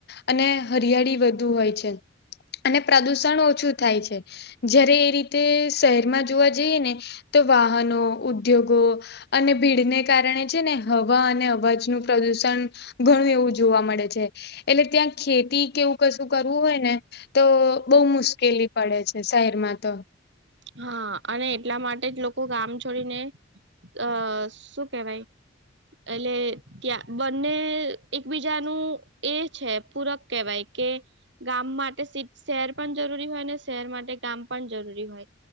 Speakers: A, on the left (about 55°); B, on the right (about 60°).
A: અને હરિયાળી વધુ હોય છે. અને પ્રદુષણ ઓછું થાય છે, જ્યારે એ રીતે શહેરમાં જોવા જઈએ ને તો વાહનો, ઉદ્યોગો અને ભીડને કારણે છે ને હવા અને અવાજનુ પ્રદુષણ ઘણું એવું જોવા મળે છે. એટલે ત્યાં ખેતી કે એવું કશું કરવું હોય ને તો બવ મુશ્કેલી પડે છે શહેરમાં તો.
B: હા અને એટલા માટે જ લોકો ગામ છોડીને અ શું કેહેવાય. એટલે ત્યાં બંને એકબીજાનું એ છે પૂરક કેહેવાય કે ગામ માટે સીટ-શહેર પણ જરૂરી હોય ને શહેર માટે ગામ પણ જરૂરી હોય.